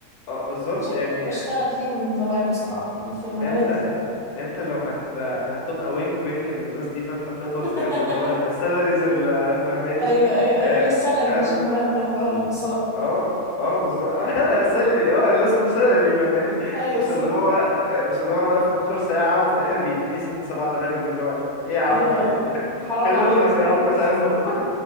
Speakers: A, on the left; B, in the centre.
A: اه بالظبط
B: عشان
A: يعني
B: كده بشتغل فيها من زمان بصراحة في المجالات
A: انت
B: دي
A: انت لو هت هتبقى وينك وينك من الناس دي فانت هتقبض
B: <laughs>
A: زيهم اللي هو السالاريز اللي فاهماني
B: أيوه أيوه أيوه
A: اه
B: لا السالري
A: اه
B: مش المرتب ولا الصدقة
A: اه آه، بالظبط <laughs> سالري اه اللي اسمه سالري فاهماني
B: أيوه
A: مش
B: بالظبط
A: اللي هو آه، مش اللي هو انا واقف 12 ساعة وفي الاخر بيديني 6 7000 جنيه اللي هو ايه يا عم
B: أيوه
A: في
B: أيوه
A: ايه <laughs>
B: حرام
A: خليهم
B: عليك
A: لك يا
B: أيوه
A: عم مش عايزهم